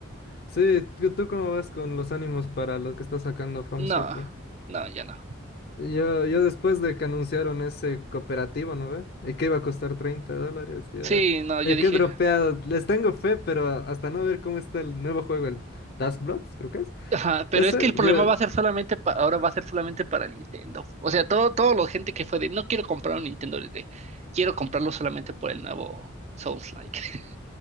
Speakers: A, on the left; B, on the right.
A: Sí, ¿tú, tú cómo vas con los ánimos para lo que está sacando From
B: No,
A: Software?
B: no, ya no.
A: Yo, yo después de que anunciaron ese cooperativo, ¿no ve? Y que iba a costar 30 dólares, ya.
B: Sí, no,
A: Oye,
B: yo dije,
A: qué dropeado. Les tengo fe, pero hasta no ver cómo está el nuevo juego, el Task Bloods, creo que es.
B: Ajá, pero
A: Ese,
B: es que el problema
A: yo,
B: va a ser solamente pa- ahora va a ser solamente para Nintendo. O sea, todo, todo la gente que fue de no quiero comprar un Nintendo de quiero comprarlo solamente por el nuevo Souls-like. <laughs>